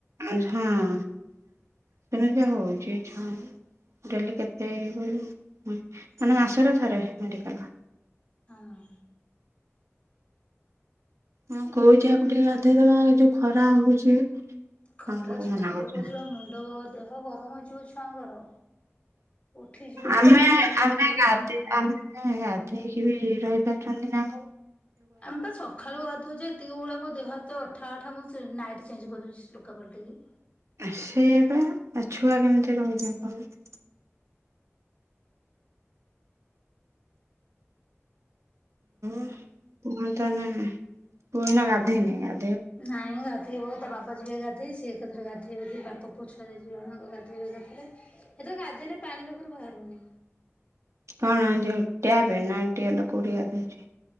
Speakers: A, on the right; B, on the left.
A: ହଁ ସେମତି ହଉଛି ଏ ଛୁଆଙ୍କୁ ଡେଲି କେତେ ଇଏ କରିବୁ ମାନେ ମାସରେ ଥରେ ମେଡିକାଲ।
B: ହଁ
A: ମୁଁ କହୁଛି ଆକୁ ଟିକେ ଗାଧେଇ ଦବା ଯୋଉ ଖରା ହଉଛି।
B: ଖରା
A: ଆମକୁ
B: ଛୁଆଙ୍କକୁ
A: ମନା କରୁଛି
B: ଯିବା ମୁଣ୍ଡ ଯୋର୍ ଦେହ ଗରମ ହେଇଯିବ ଛୁଆଙ୍କର। ଉଠିଯିବ
A: ଆମେ
B: ପିତିରି ଟାଇପର
A: ଆମେ
B: ଯେମିତି ଉଠେନି
A: ଗାଧେଇ ଆମେ ଗାଧୋଇକି ବି ରହିପାରୁ <unintelligible>
B: ଆମେ ପା ସକାଳୁ ଗାଧଉଛେ <inaudible> ଆମ ଦେହ ହାତ୍ ତ ଅଠା ଅଠା ମୁଁ ସେ ନାଇଟ୍ ଚେଞ୍ କରିଦଉଛିି <inaudible> ଲୁଗା ପାଲଟେଇକି।
A: ସେଇଆପା ଆଉ ଛୁଆ କେମିତି ରହିବେ କହିଲ? ଉଁ-ଉଁ <unintelligible> ପୁଅ ଏଇନା ଗାଧେଇନି ଗା
B: ନାଇଁ ଗାଧେଇବ ତା ବାପା ଯିବେ ଗାଧେଇ ସି ସିଏ ଏକା ଥରେ ଗାଧୋଇବେ ଯଦି ବାପ ପୁଅ ଛୁଆ ଦି ଦି ଜଣ ଗାଧୋଇବେ ଏକାଥରେ। ଏ ତ ଗାଧେଇଲେ ପାଣି ପାଖରୁ ବାହାରୁନି।
A: କଣ ଯୋଉ ଟ୍ୟାବେ ନା ଟିଓଲ କୋଉଠି ଗାଧୋଉଛି?